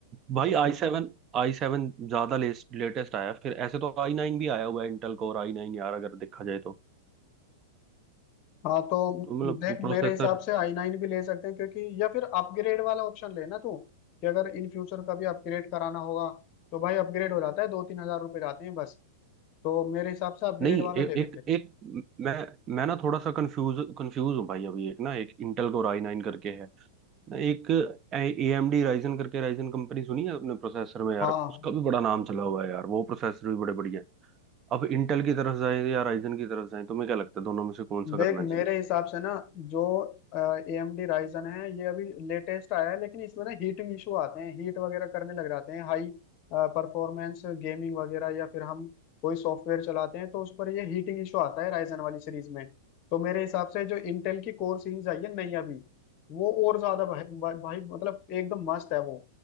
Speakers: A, on the right (about 25°); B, on the left (about 35°).
A: भाई आई सेवन आई सेवन ज्यादा लेटेस्ट आया है। फिर ऐसे तो आई नाइन भी आया हुआ है इंटेल कोर आई नाइन यार अगर देखा जाए तो
B: हाँ तो
A: तो मतलब
B: देख
A: प्रोसेसर
B: मेरे हिसाब से आई नाइन भी ले सकते हैं क्योंकि या फिर अपग्रेड वाला ऑप्शन लेना तू कि अगर इन फ्यूचर कभी अपग्रेड कराना होगा तो भाई अपग्रेड हो जाता है दो तीन हजार रुपये जाते हैं बस तो मेरे हिसाब से अपग्रेड
A: नहीं
B: वाला
A: ए,
B: ले
A: एक
B: ले फिर
A: एक मैं मैं ना थोड़ा सा कंफ्यूज कंफ्यूज हूँ भाई अभी एक ना एक इंटेल कोर आई नाइन करके है ना एक ए एम डी राइजन करके राइजन कंपनी सुनी है अपने प्रोसेसर में यार
B: हाँ
A: उसका भी बड़ा नाम चला हुआ है यार वो प्रोसेसर भी बड़े बढ़िया हैं अब इंटेल की तरफ जाए या राइजन की तरफ जाए तुम्हें क्या लगता है दोनों में से कौन सा
B: देख
A: करना
B: मेरे
A: चाहिए
B: हिसाब से ना जो ए एम डी राइजन है ये अभी लेटेस्ट आया है लेकिन इसमें ना हीटिंग इशू आते हैं हीट वगैरह करने लग जाते हैं हाई परफॉर्मेंस गेमिंग वगैरह या फिर हम कोई सॉफ्टवेयर चलाते हैं तो उस पर ये हीटिंग इशू आता है राइजन वाली सीरीज में तो मेरे हिसाब से जो इंटेल की कोर सीरीज आई है नई अभी वो और ज्यादा भाई, भाई मतलब एकदम मस्त है वो